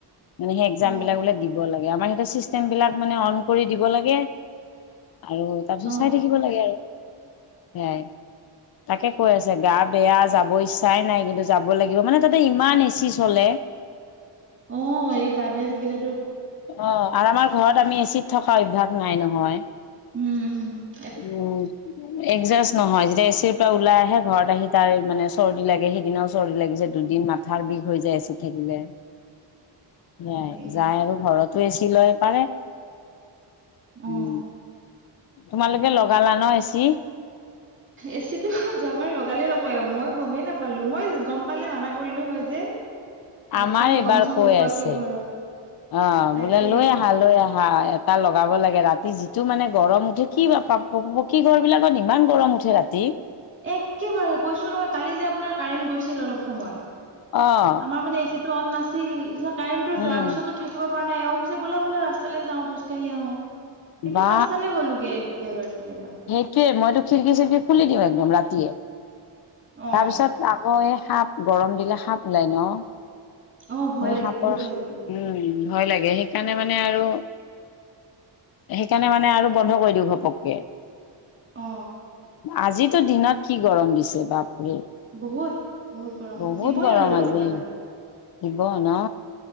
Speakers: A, on the left; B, on the right.
A: মানে সেই এক্সাম
B: অ
A: বিলাক বোলে দিব লাগে। আমাৰ সিহঁতৰ চিষ্টেম বিলাক মানে অন কৰি দিব লাগে। আৰু তাৰপিছত
B: অ
A: চাই থাকিব লাগে আৰু সেয়াই তাকে। কৈ আছে গা বেয়া যাব ইচ্ছাই নাই। কিন্তু যাব লাগিব মানে তাতে ইমান এচি চলে।
B: অঁ অ, এই গা বেয়া থাকিলে।
A: অ' অ অ আৰু আমাৰ ঘৰত আমি এচিত থকা অভ্যাস নাই নহয়।
B: উমহু।
A: উ উ জ একজাষ্ট নহয়, যেতিয়া এচিৰ পৰা ওলাই আহে ঘৰত আহি তাৰ মানে চৰ্দি লাগে সেইদিনাও চৰ্দি লাগিছে দুদিন মান ঘাৰ বিষ হৈ যায় এচিত থাকিলে। সেইয়াই
B: এ
A: যায় আৰু ঘৰতো এচি লয় পাৰে।
B: অ
A: উম উ, তোমালোকে লগালা ন এচি?
B: এচিটো হ যোৱাবাৰ লগালে ৰ'ব অ' মই গমেই নাপালোঁ। মই গ'ম পালে মানা কৰিলোঁ হয় যে। একদম
A: আমাৰ এইবাৰ
B: গম চম
A: কৈ
B: নোপোৱাকে
A: আছে
B: ঘৰত
A: অ'
B: তাকে
A: বোলে লৈ আহা লৈ আহা। হা এটা লগাব লাগে ৰাতি যিটো মানে গৰম উঠে কিবা পক পকী ঘৰ বিলাকত ইমান গৰম উঠে। যে ৰাতি।
B: একেবাৰে কৈছো নহয় কালি যে আপোনাৰ কাৰেণ্ট গৈছিল অলপ সময়।
A: অ অ।
B: তাৰমানে এচিটো অন নাছিল পিছত কাৰেন্টো
A: উম,
B: যোৱাৰ পিছতো থাকিব পৰা নাই এওঁ পিছত বলা বলা ৰাস্তালৈ যাওঁ খোজকাঢ়ি আহো। একদম
A: বা
B: ৰাস্তাল গ'লোগে এফালে এবাৰ ইফালে এবাৰ।
A: কিয়ে মইতো খিৰিকী-চিৰিকি খুলি দিওঁ একদম ৰাতিয়ে
B: অ
A: তাৰপিছত আকৌ এই সাপ গৰম দিলে সাপ ওলাই ন
B: অ ভয়
A: সেই
B: লাগে
A: সাপৰ
B: বহুত
A: উম
B: ভয় লাগে
A: উ উ, ভয় লাগে সেইকাৰণে মানে আৰু সেইকাৰণে মানে আৰু বন্ধ কৰি দিওঁ ঘপককে
B: অ
A: আজিতো দিনত কি গৰম দিছে বাপৰে
B: বহুত বহুত গৰম
A: বহুত
B: দিবই
A: গৰম
B: আৰু
A: আজি
B: আপোনাৰ
A: দিব না